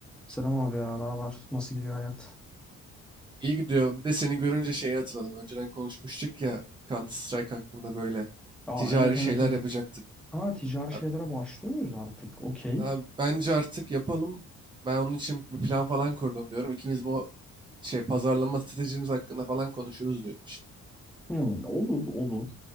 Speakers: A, in the centre; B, on the right.
A: Selam abi ya, ne haber? Nasıl gidiyor hayat?
B: İyi gidiyor. Bir de seni görünce şeyi hatırladım. Önceden konuşmuştuk ya Counter Strike hakkında böyle
A: Aa
B: ticari
A: evet evet
B: şeyler
A: evet.
B: yapacaktık.
A: Ha ticari
B: Abi,
A: şeylere başlıyoruz artık? Okey.
B: abi bence artık yapalım. Ben onun için bir plan falan kurdum diyorum. İkimiz bu şey pazarlama stratejimiz hakkında falan konuşuruz diyorum işte.
A: Hmm, olur olur.